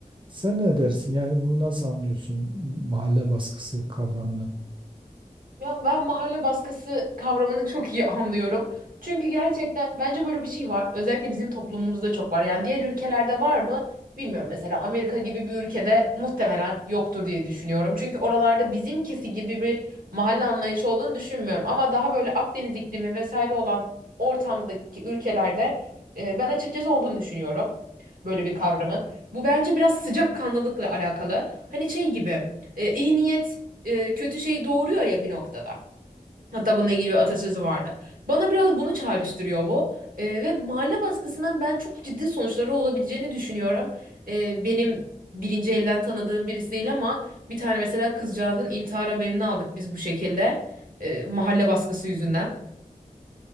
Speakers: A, on the right (about 35°); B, on the right (about 70°).
A: Sen ne dersin? Yani bunu nasıl anlıyorsun mahalle baskısı kavramını?
B: Ya ben mahalle baskısı kavramını çok iyi <laughs> anlıyorum. Çünkü gerçekten bence böyle bir şey var. Özellikle bizim toplumumuzda çok var. Yani diğer ülkelerde var mı? Bilmiyorum. Mesela Amerika gibi bir ülkede muhtemelen yoktur diye düşünüyorum. Çünkü oralarda bizimkisi gibi bir mahalle anlayışı olduğunu düşünmüyorum. Ama daha böyle Akdeniz iklimi vesaire olan ortamdaki ülkelerde e, ben açıkçası olduğunu düşünüyorum. Böyle bir kavramın. Bu bence biraz sıcakkanlılıkla alakalı. Hani şey gibi e, iyi niyet e, kötü şey doğuruyor ya bir noktada. Hatta bununla ilgili bir atasözü vardı. Bana biraz bunu çağrıştırıyor bu. E, ve mahalle baskısının ben çok ciddi sonuçları olabileceğini düşünüyorum. E, benim birinci elden tanıdığım birisi değil ama bir tane mesela kızcağızın intihar haberini aldık biz bu şekilde. E, mahalle baskısı yüzünden.